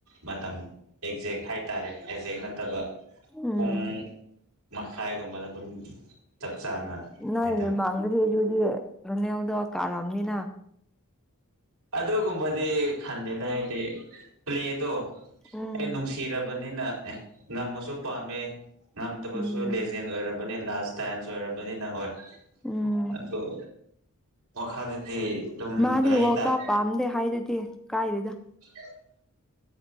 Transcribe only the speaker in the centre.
ꯎꯝ
ꯅꫭꯏꯒꯤ
ꯃꯥꯥꯡꯗꯗꯤ ꯑꯗꯨꯗꯤ ꯐ꯭ꯔꯅꯦꯜꯗꫭ ꯀꯥꯔꯝꯅꯤꯅ
ꯎꯝ
ꯎꯝ
ꯎꯝ
ꯃꯥꯗꯤ
ꯋꯥꯔꯜ
ꯀꯞ ꯄꯥꯝꯗꯦ ꯍꯥꯏꯗꯨꯗꯤ ꯀꯥꯏꯗꯦꯗ